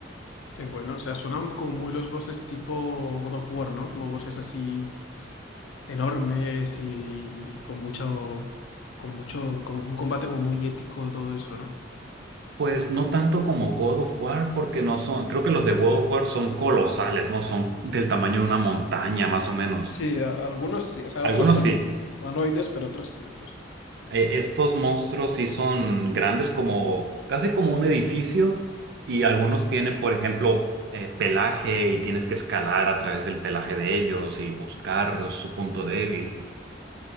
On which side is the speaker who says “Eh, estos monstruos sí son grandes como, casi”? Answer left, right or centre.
Right